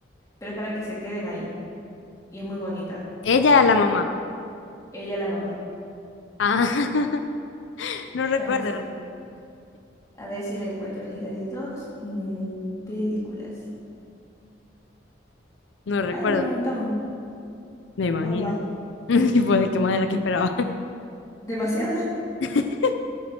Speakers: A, on the left; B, on the left.
A: pero es para que se queden ahí. y es muy bonita.
B: Ella, la mamá.
A: Ella la mamá.
B: Ah, <laughs> no recuerdo,
A: Se llama así. A ver si la encuentro. Hilary 2, mu- películas.
B: no recuerdo,
A: Ay, hay un montón.
B: me imagino.
A: Oh, wow.
B: <laughs> Y pues de que más de la que esperaba.
A: Demasiada. <laughs>
B: <laughs>